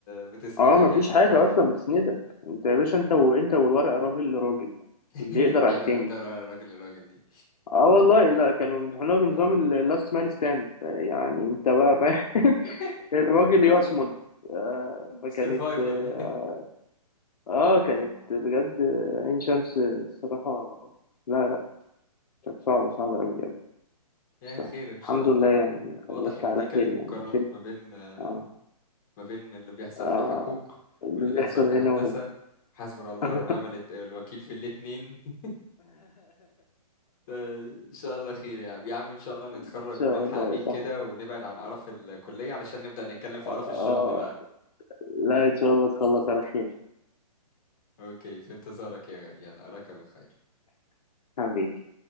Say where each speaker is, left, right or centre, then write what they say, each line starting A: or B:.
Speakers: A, on the left; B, on the left.
A: بتسندك
B: اه ما فيش
A: يعني
B: حاجه
A: في الحرب
B: اصلا بتسندك انت يا باشا انت وانت والورقه راجل لراجل
A: <laughs>
B: اللي يقدر على
A: حلو
B: التاني
A: انت راجل الراجل دي
B: اه والله لا كانوا بيمتحنوها بنظام اللاست مان ستاند يعني انت بقى, بقى
A: <laughs>
B: <laughs> الراجل
A: لا
B: يصمد
A: لا
B: آه، فكانت
A: سيرفايفل
B: آه، اه كانت
A: <laughs>
B: بجد عين شمس الصراحة لا لا كانت صعبة صعبة أوي أوي
A: يا
B: بس
A: خير ان شاء
B: الحمد
A: الله
B: لله يعني
A: واضح
B: خلصت
A: ان
B: على
A: دي كانت
B: خير يعني
A: مقارنات
B: ما شلت
A: ما بين آه،
B: اه
A: ما بين اللي بيحصل
B: اه
A: في حقوق
B: اللي
A: واللي
B: بيحصل
A: بيحصل في هندسة
B: هنا وهنا
A: حسبنا الله
B: <laughs>
A: ونعم الت- الوكيل في الاتنين <laughs> ان شاء الله خير يا عم يا عم ان شاء الله نتخرج
B: إن شاء
A: ونلحق
B: الله
A: بيك
B: يا صاحبي
A: كده ونبعد عن قرف الكلية علشان نبدأ نتكلم في
B: اه
A: قرف الشغل بقى
B: لا إن شاء الله تخلص على خير
A: اوكي في انتظارك يا غالي يلا اراك بخير
B: حبيبي